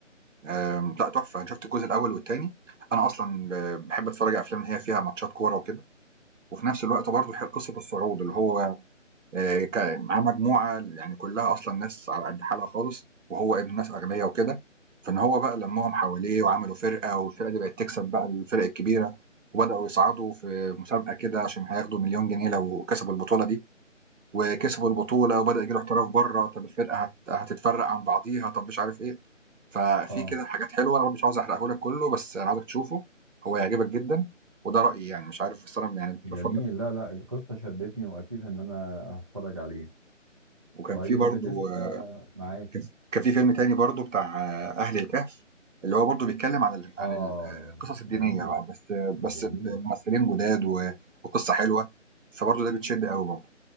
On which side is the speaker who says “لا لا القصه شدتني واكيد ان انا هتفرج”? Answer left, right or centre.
Right